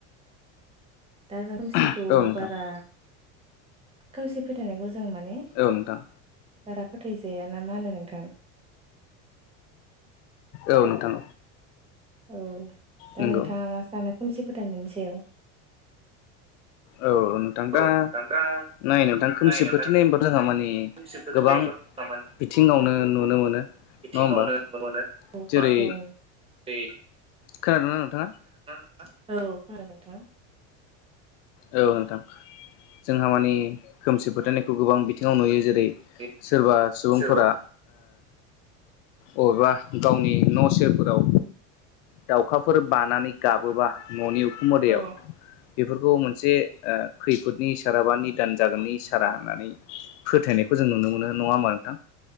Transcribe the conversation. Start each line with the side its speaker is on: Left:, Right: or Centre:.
Right: दा जों खोमसिखौ
Left: औ नोंथां
Right: बारा खोमसि फोथायनायखौ ज जों माने
Left: औ नोंथां
Right: बारा फोथायजा जाया ना मा होनो नोंथां
Left: औ नोंथां।
Right: औ दा
Left: नंगौ
Right: नोंथाङा मा सानो खोमसि फोथायनायनि सायाव
Left: औ नोंथां दा
Right: औ दा
Left: नै नोंथां खोमसि
Right: नाय नोंथां
Left: फोथायनाय होनबाथ माने
Right: खोमसि फोथायनाय
Left: गोबां
Right: होनबा
Left: बिथिङावनो नुनो मोनो।
Right: बिथिंआवनो
Left: होमबा
Right: नुनो मोनो
Left: जेरै
Right: बा जेरै
Left: खोनादोंना नोंथाङा?
Right: औ खोना नोंथां।
Left: औ नोंथां जोंहा मानि खोमसि फोथायनायखौ गोबां बिथिङाव नुयो जेरै
Right: औ
Left: सोरबा सुबुंफोरा
Right: सोरबा
Left: ओ अबेबा गावनि न' सेरफोराव दाउखाफोर बानानै गाबोबा
Right: लानानै
Left: न'नि उखुम मोदैयाव
Right: औ
Left: बेफोरखौ मोनसे से ओ खैफोदनि इसारा बा निदान जागोननि इसारा होननानै फोथायनायखौ जों नुनो मोनो नङा होमबा नोंथां।